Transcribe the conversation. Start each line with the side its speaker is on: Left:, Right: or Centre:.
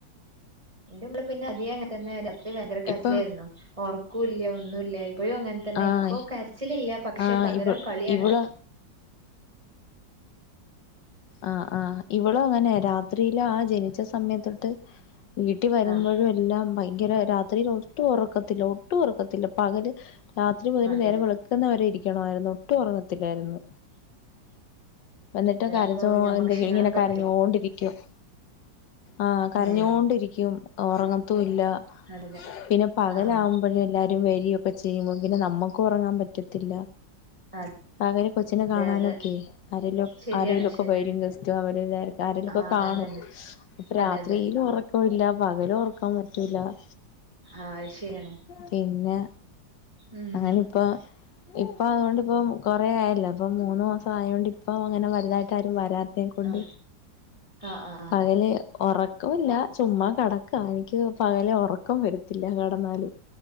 Right: എന്റെ മോള് പിന്നെ അധികം അങ്ങനെ തന്നെ രാത്രി ഭയങ്കര കരച്ചിലായിരുന്നു
Left: ഇപ്പൊ
Right: ഒറക്കൂല്ല്യാ ഒന്നുല്ല്യാ ഇപ്പഴും അങ്ങനെ തന്നെ
Left: ആഹ്
Right: ഇപ്പൊ കരച്ചിലില്ല പക്ഷെ
Left: ആഹ്
Right: പകരം
Left: ഇവ
Right: കളിയാണ്
Left: ഇവള് ആഹ് ആഹ് ഇവളും അങ്ങനെ രാത്രിയില് ആ ജനിച്ച സമയത്തൊട്ട് വീട്ടിൽ വരുമ്പോഴും
Right: ആ
Left: എല്ലാം ഭയങ്കര രാത്രിയിൽ ഒട്ടും ഉറക്കത്തില്ല ഒട്ടും ഉറക്കത്തില്ല പകല് രാത്രി മുതല്
Right: അതെ
Left: നേരെ വെളുക്കുന്നവരെ ഇരിക്കണമായിരുന്നു ഒട്ടും ഒറങ്ങത്തില്ലായിരുന്നു എന്നിട്ട്
Right: അതെ
Left: കരച്ചോ
Right: അപ്പൊ ഞമ്മക്ക്
Left: എന്തെങ്കിലും
Right: ക്ഷീണം
Left: ഇങ്ങനെ
Right: പറ്റും
Left: കരഞ്ഞോണ്ടിരിക്കും ആഹ് കരഞ്ഞോണ്ടിരിക്കും
Right: ഉം
Left: ഒറങ്ങത്തുല്ലാ
Right: അതെ
Left: പിന്നെ പകലാകുമ്പോഴ്‌
Right: ആ ആ
Left: എല്ലാരും വരിയൊക്കെ ചെയ്യുമ്പോ പിന്നെ നമ്മുക്ക് ഒറങ്ങാൻ പറ്റ ത്തില്ല
Right: ആ,
Left: പകല് കൊച്ചിനെ
Right: അതെ
Left: കാണാനൊക്കെ
Right: അതെ
Left: ആരെലും
Right: ശരിയാണ്
Left: ആരെലൊക്കെ
Right: ശരിയാണ്
Left: വരും ഗസ്റ്റോ അവരെല്ലാർക്കും ആരെലുമൊക്കെ
Right: ആ
Left: കാണും
Right: അതന്നെ
Left: ഇപ്പ
Right: അതെ
Left: രാത്രിലും
Right: അതെ
Left: ഒറക്കവില്ല പകലും ഒറക്കാൻ പറ്റുല്ല-
Right: ആ ശരിയാണ്
Left: പിന്നെ
Right: ഉം
Left: അങ്ങനിപ്പോ ഇപ്പൊ അതുകൊണ്ടിപ്പം കൊറേ ആയല്ലോ ഇപ്പ മൂന്ന് മാസം ആയതോണ്ട് ഇപ്പ അങ്ങനെ വലുതായിട്ട് ആരും വരാ തെകൊണ്ട്
Right: ആ ആ ആ
Left: പകല് ഒറക്കവില്ല ചുമ്മാ കിടക്കാ എനിക്ക് പകല് ഒറക്കം വരത്തില്ല കിടന്നാലും